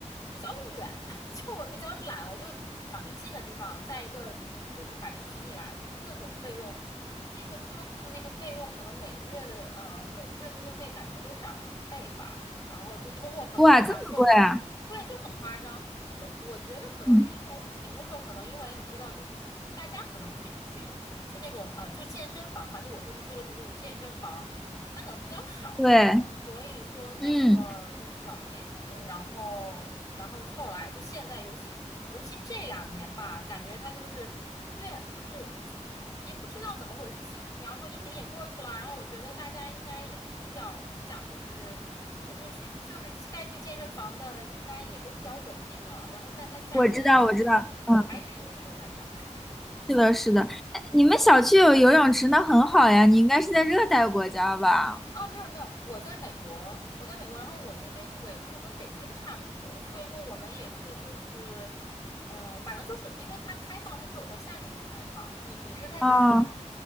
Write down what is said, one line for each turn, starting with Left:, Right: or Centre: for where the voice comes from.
Left: 比较远，<laughs> 就我比较懒，我就想去近的地方。再一个就是，反正疫情以来，各种费用。就那个俱乐部的那个费用，可能每个月的呃每个月的月费感觉都涨了一倍吧，然后就通货膨胀嘛，
Centre: 哇，这么贵啊！
Left: 就很，对，就很夸张。可我觉得可能是因为疫情的时候，
Centre: 嗯，
Left: 可能因为你知道，就是大家可能去去去就那种呃就健身房嘛，就我说那俱乐部就有健身房，它可能比较少，
Centre: 对，
Left: 所以说那会儿就比较便宜，
Centre: 嗯，
Left: 然后，然后后来就现在，尤其尤其这两年吧，感觉它就是越就是也不知道怎么回事。其实你要说疫情也过去了，然后我觉得大家应该也是比较怎么讲，就是呃，就是去就是该去健身房的应该也都比较稳定了，然后但它价钱还是还是一直都在涨。
Centre: 我知道，我知道，嗯，是的，是的。哎你们小区有游泳池，那很好呀，你应该是在热带国家吧？
Left: 啊，没有没有，我在美国，我在美国，然后我这边的纬度和北京差不多，所以说我们也是就是，嗯、反正就是因为它开放，它只有在夏天才开放。你你是在哪儿呀？
Centre: 哦，